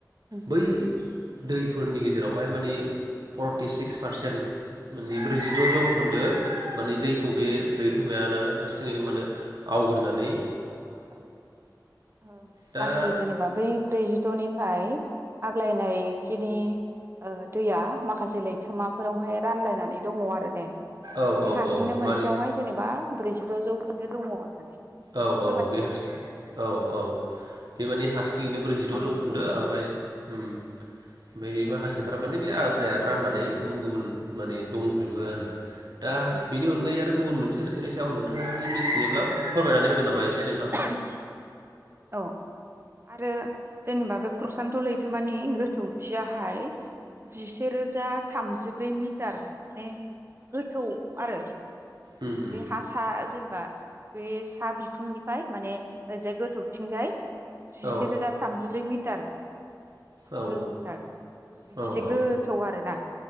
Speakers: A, on the right (about 35°); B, on the right (about 65°).
A: उम
B: बै दैफोरनि गेजेरावहाय मानि फरटि सिक स पारसेन्ट माने ब्रैजिद' जौखोन्दोत।
A: ओ
B: माने दैखौ बे लैथो मायानो मानि हारसिङैनो मानो आवग्रोनानै
A: ओ ओ
B: दा
A: बाखि जेनेबा बै ब्रैजिद'नि फाय आग्लायनायखिनि ओ दैया माखासे लैथोमाफोरावहाय रानलायनानै दङ आरो ने
B: औ
A: बे
B: औ
A: हारसिंनो
B: औ
A: मोनसेयावहाय
B: मानि
A: जेनेबा ब्रैजि द' जौखोन्दो दङ होननानै नोंथां
B: औ औ बे हारसि <unintelligible> आरोना औ औ बे माने हारसिङैनो ब्रैजिद'
A: थारैनो
B: जौखोन्दो
A: सैथो
B: ओमफाय ओम ओमफाय बे माखासेफोरा माने बे आ आद्राया राननानै गुबुन गुबुन माने दंजोबो आरो दा
A: उम
B: बेनि
A: उम
B: अनगायै आरो गुबुन मोन से लैथोनि सायाव नोंथाङा जुदि मिथियोब्ला फोरमायनानै होनो नामा एसे नों।
A: <inaudible> औ आरो जेनेबा बे प्रसान्त' लैथोमानि गोथौथियाहाय जिसे रोजा थामजिब्रै मिटार माने गोथौ आरो।
B: उम उम
A: बे हा सा जेनेबा बे सा बिखुंनिफ्राय माने ओजाय गोथौथिंजाय। जिसे
B: औ
A: रोजा थामजिब्रै मि। टार। किल'मिटार।
B: औ
A: ओ बेसे
B: औ औ
A: गोथौ आरोना।